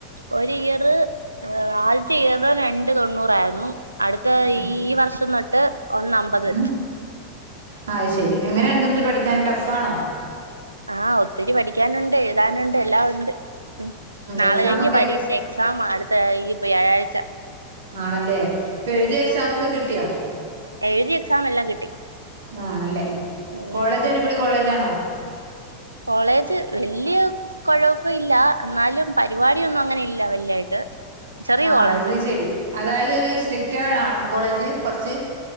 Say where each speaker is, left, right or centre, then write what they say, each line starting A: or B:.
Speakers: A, on the right; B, on the right.
A: ഒരു ഇയറ് ആ ആദ്യത്തെ ഇയറ് രണ്ട് തൊണ്ണൂറായിരുന്നു അടുത്ത
B: ഉം
A: ഈ ഈ വർഷംതൊട്ട് ഒന്നമ്പത് വെച്ച്
B: ഉം ആ അത് ശരി എങ്ങനെ ണ്ട്ന്നിട്ട് പഠിക്കാൻ ടഫ്ലാണോ
A: ആ ഒത്തിരി പഠിക്കാനുണ്ട് എഴുതാനുണ്ട് എല്ലാം ഉണ്ട് ഉം നാളെഴിഞ്ഞ്
B: എക്സാം ഒക്കെ
A: പരീക്ഷ എക്സാമാ അടുത്തഈ വ്യാഴാഴ്ച
B: ആണല്ലേ ഇപ്പൊഴുതിയ എക്സാമൊക്കെ കിട്ടിയോ
A: എഴുതിയ എക്സാമല്ലാം കിട്ടി
B: ആണല്ലേ
A: ഉം
B: കോളേജടിപൊളി കോളേജാണോ
A: കോളേജ് വല്യ കൊഴപ്പെല്ലാന്നാലും പരിപാടിയൊന്നുംഅങ്ങനെയില്ല വല്യായിട്ട് <inaudible>
B: ആ
A: കോളേജാ
B: അത്ശരി അതായ്തൊര് സ്ട്രിറ്റാണൊ കോളേജ് കൊറ്ച്ച്